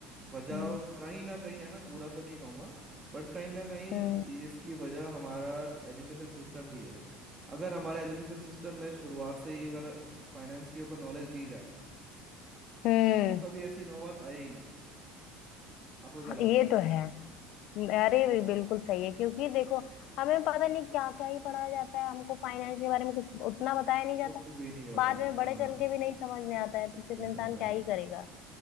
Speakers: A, on the right; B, on the left.
A: वजह
B: हम्म
A: कहीं ना कहीं है मैं पूरा तो नहीं कहूंगा बट कहीं ना कहीं
B: हम्म
A: ये- इसकी वजह हमारा एजुकेशन सिस्टम भी है अगर हमारे एजुकेशन सिस्टम में शुरुआत से ही अगर फाइनेंस के ऊपर नॉलेज दी जाए
B: हम्म
A: तो कभी ऐसी नौबत आए ही ना आपको क्या
B: हाँ,
A: लगता
B: ये
A: है
B: तो है अरे भी बिल्कुल सही है क्योंकि देखो हमें पता नहीं क्या क्या ही पढ़ाया जाता है हमको फाइनेंस के बारे में कुछ उतना बताया नहीं जाता
A: कुछ भी नहीं ये बताया
B: बाद में
A: जाता
B: बड़े चल के भी नहीं समझ में आता है
A: कुछ
B: तो फिर
A: भी नहीं
B: इंसान
A: समझाया
B: क्या
A: जाता
B: ही करेगा